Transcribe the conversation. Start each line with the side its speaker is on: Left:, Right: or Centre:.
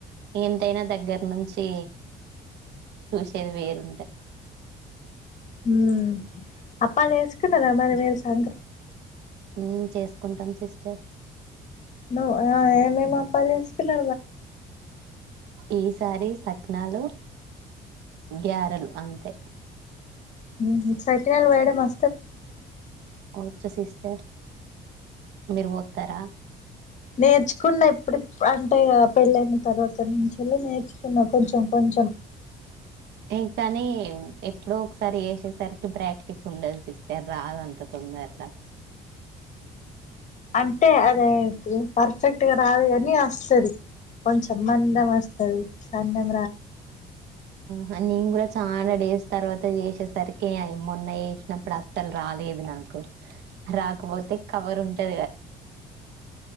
Right: ఏంతైనా దగ్గర నుంచి చూసేది వేరుంటది గదా
Left: మ్ అప్పాలు వేసుకున్నారా మరి మీరు సంక్రాంతికి
Right: ఉ చేసుకుంటాం సిస్టర్
Left: నువ్వు ఆ ఎం ఎం అప్పాలు చేసుకున్నారు మరి
Right: ఈసారి శక్నాలు గ్యారలు అంతే
Left: ఊహూ సఖినాలు పోయడం వస్తదా నీకు
Right: వొచ్చు సిస్టర్ మీరు పొత్తరా
Left: నేర్చుకున్న ఇప్పుడిప్ అంటే పెళ్ళైన తర్వాత నుంచెలి నేర్చుకున్న కొంచెం కొంచెం
Right: ఏం పనీ ఎప్పుడో ఒకసారి చేసేసరికి ప్రాక్టీస్ ఉండదు సిస్టర్ రాదు అంత తొందర్ల
Left: అంటే అదేంటిది పర్ఫెక్ట్గా రాదు గానీ వస్తది కొంచం మందం వస్తది సన్న వ్రాదు
Right: హా నేను గూడా చానా డేస్ తర్వాత చేసేసరికి అయి మొన్న చేసినప్పుడు అస్సలు రాలేదు నాకు రాకపోతే కవర్ ఉం టది గదా
Left: ఆ